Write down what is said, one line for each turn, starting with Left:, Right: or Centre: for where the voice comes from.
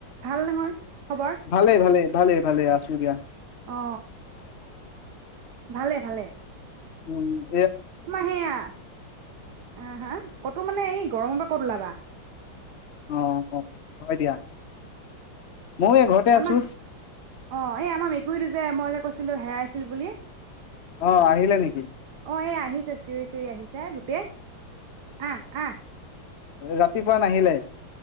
Right: ভাল নহয় খবৰ
Left: ভালে ভালে ভালোল ভালে আছোগিয়া
Right: অ ভালে ভালে
Left: উম উ
Right: তোমাৰ সেয়া আহ হা ক'তো মানে এই গৰমৰ পৰা ক'ত ওলাবা
Left: অ অ হয় দিয়া ময়ো এই ঘৰতে
Right: আমাৰ
Left: আছো
Right: অ এই আমাৰ মেকুৰীটো যে মই যে কৈছিলো হেৰাই চীল বুলি
Left: অ'আহিলে‌ নেকি?
Right: অ'এই আহিছে চিঞৰি চিঞৰি আহিছে। গোটেই আহ আহ।
Left: হৈ ৰাতিপুৱা নাহিলে।